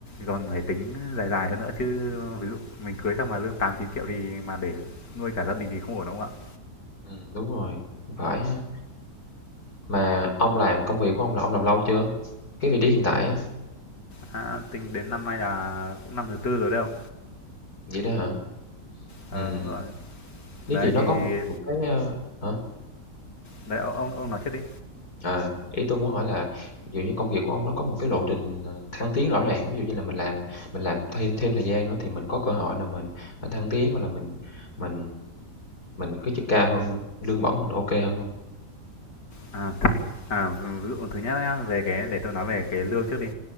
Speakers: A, on the left; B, on the left.
A: còn phải tính dài dài hơn nữa chứ ví dụ mình cưới xong mà lương 8 9 triệu thì mà để nuôi cả gia đình thì không ổn đúng không ạ?
B: Ừm, đúng rồi, cũng phải ha. Mà ông làm công việc của ông là ông làm lâu chưa? Cái vị trí hiện tại á,
A: À, tính đến năm nay là cũng năm thứ tư rồi đấy không?
B: vậy đó hả?
A: Ờ
B: Ừm,
A: à, đúng rồi.
B: nếu
A: Đấy
B: vậy nó
A: thì
B: có một một cái, a hả?
A: đấy ô- ông ông nói trước đi.
B: À, ý tôi muốn hỏi là, ví dụ như, công việc của ông nó có một cái lộ trình, ờ, thăng tiến rõ ràng, ví dụ như là mình làm mình làm thêm thêm thời gian nữa thì mình có cơ hội là mình mình thăng tiến hoặc là mình mình mình cái chức cao hơn, lương bổng mình ok kê hơn hông?
A: À thực à ví dụ thứ nhất nhá, về cái để tôi nói về cái lương trước đi.